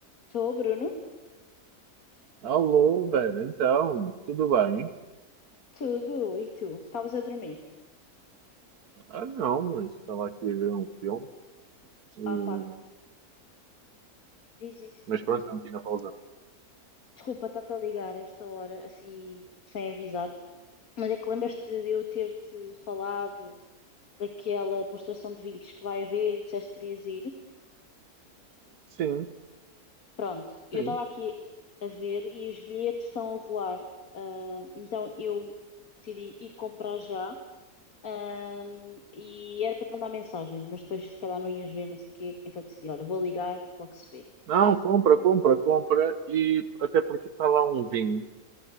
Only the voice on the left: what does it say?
Estou, Bruno?
Tudo, e tu? Estavas a dormir?
Ah pá, diz isso.
Desculpa, estar te a ligar esta hora, assim, sem avisar. Mas é que lembras-te de eu ter-te falado daquela demonstração de vinhos que vai haver e disseste que querias ir?
Pronto, eu
estava aqui a ver e os bilhetes estão a voar. Ah, então eu decidi ir comprar já. Ah, e era para te mandar mensagem, mas depois se calhar não ias ver, não sei o quê. Então decidi, olha, vou ligar, logo se vê.